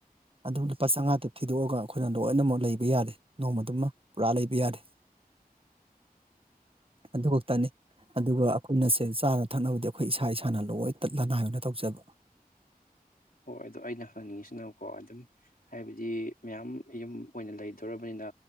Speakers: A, on the right; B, on the left.
A: ꯑꯗꯨ ꯂꯨꯄꯥ ꯆꯥꯝꯃꯉꯥꯗꯨ ꯊꯤꯗꯣꯛꯑꯒ ꯑꯩꯈꯣꯏꯅ ꯂꯣꯏꯅꯃꯛ ꯂꯩꯕ ꯌꯥꯔꯦ ꯅꯣꯡꯃꯗꯨꯃ ꯄꯨꯔꯥ ꯂꯩꯕ ꯌꯥꯔꯦ ꯑꯗꯨ ꯇꯅꯤ ꯑꯗꯨꯒ ꯑꯩꯈꯣꯏꯅ ꯁꯦ ꯆꯥꯅ ꯊꯛꯅꯕꯗꯤ ꯑꯩꯈꯣꯏ ꯏꯁꯥ ꯏꯁꯥꯅ ꯂꯣꯏ ꯇꯠ ꯂꯅꯥꯏ ꯑꯣꯏꯅ ꯇꯧꯖꯕ
B: ꯍꯣꯏ ꯑꯗꯨꯗꯣ ꯑꯩꯅ ꯍꯪꯅꯤꯡꯉꯤꯁꯤꯅꯀꯣ ꯑꯗꯨꯝ ꯍꯥꯏꯕꯗꯤ ꯃꯌꯥꯝ ꯌꯨꯝ ꯑꯣꯏꯅ ꯂꯩꯗꯧꯔꯕꯅꯤꯅ